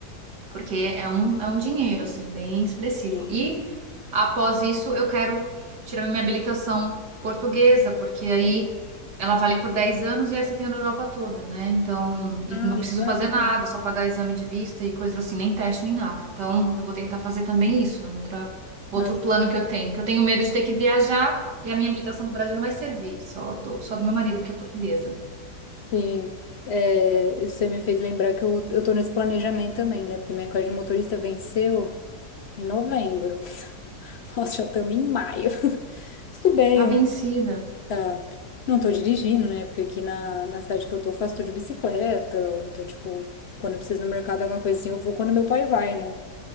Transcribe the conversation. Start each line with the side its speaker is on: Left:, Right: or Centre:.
Right: porque é um, é um dinheiro, assim, bem expressivo.
Left: de-
Right: E após isso, eu quero tirar minha habilitação portuguesa, porque aí ela vale por 10 anos e essa tem na Europa toda, né? Então, e
Left: Ah,
Right: não
Left: legal.
Right: preciso fazer nada, só pagar exame de vista e coisas assim, nem teste, nem nada. Então, eu vou tentar fazer também isso, é um outra, outro
Left: Nossa,
Right: plano que eu tenho, que eu tenho medo de ter que viajar. E a minha habilitação do Brasil não vai servir, só do, só do meu marido, que é portuguesa.
Left: Sim, é, isso você me fez lembrar que eu, eu tô nesse planejamento também, né? Porque minha carta de motorista venceu em novembro. <laughs> Nós já estamos em maio. <laughs> Tudo bem,
Right: Tá
Left: eu
Right: vencida.
Left: não, tá, não tô dirigindo, né? Porque aqui na, na cidade que eu tô, faço tudo de bicicleta. Ou então, tipo, quando eu preciso ir no mercado, alguma coisa assim, eu vou quando meu pai vai, né?